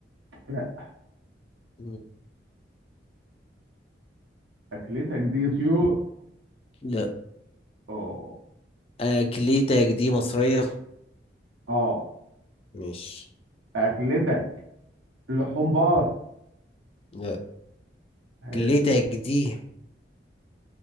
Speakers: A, on the right; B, on the left.
A: لا
B: مم.
A: اكلتك دي طيور
B: لا
A: اه
B: أكلتك دي مصرية
A: اه
B: ماشي
A: اكلتك لحوم بقر
B: لا
A: حلو.
B: أكلتك دي